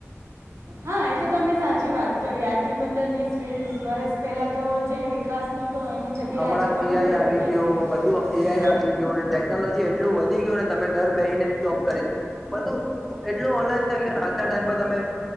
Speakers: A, on the right; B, in the centre.
A: હા એ તો તમે સાચી વાત કરી આજ થી પંદર વીસ વીસ વર્ષ પેલા તો જે વિકાસ તો એની જગ્યાએ
B: હમણાં
A: આજે ઘણો
B: એઆઈ
A: બધો
B: આવી
A: વિકાસ
B: ગયો
A: થ
B: બધું આવી ગું ટેકનોલોજી એટલું વધી ગયું તમે ઘર બેહી ને જોબ કરી બધું એટલું ઓનલાઈન થઈ કે આજના ટાઈમ પર તમે